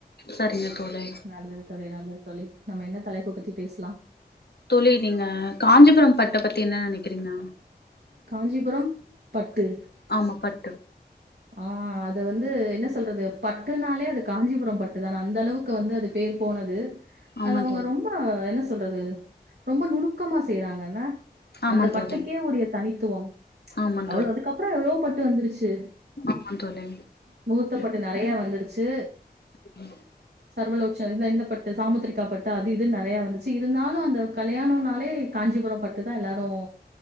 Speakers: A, on the left; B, on the right.
A: சரிங்க தோலே
B: நல்லது தோழி நல்லது தோழி நம்ம என்ன தலைப்ப பத்தி பேசலா
A: தோழி நீங்க காஞ்சிபுரம் பட்ட பத்தி என்ன நினைக்கிறீங்க
B: காஞ்சிபுரம் பட்டு
A: ஆமா பட்டு
B: ஆ அது வந்து என்ன சொல்றது பட்டுனாலே அது காஞ்சிபுரம் பட்டுதான் அந்த அளவுக்கு வந்து அது பேர் போனது
A: ஆமா
B: அது அவுங்க
A: தோழி
B: ரொம்ப என்ன சொல்றது ரொம்ப நுணுக்கமா செய்றாங்க என்ன
A: ஆமா
B: அந்த பட்டுக்கே
A: தோழி
B: உரிய தனித்துவம்
A: ஆமா
B: எவ்வள அதுக்கப்புற எவ்வளோ பட்டு வந்துருச்சு
A: அ ஆ தோழி
B: முகூர்த்தப்பட்டு நறைய வந்துருச்சு
A: ம்
B: சர்வலோக்ச்சன இந்த இந்த பட்டு சாமுத்திரிக்கா பட்டு அது இதுன்னு நிறையா வந்துச்சு இருந்தாலு அந்த கல்யாணம்னாலே காஞ்சிபுரம் பட்டு தா எல்லாரு